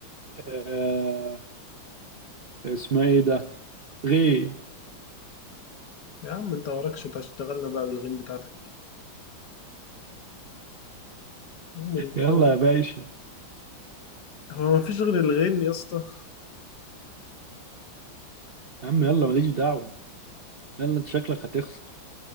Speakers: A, on the right; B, on the left.
A: آه، اسمها ايه ده غي
B: يا عم انت وراكش هتشتغلنا بقى بالغين بتاعتك دي أم الغين.
A: يلا يا باشا
B: هو مفيش غير الغين يا اسطى
A: يا عم يلا ماليش دعوة يلا انت شكلك هتخسر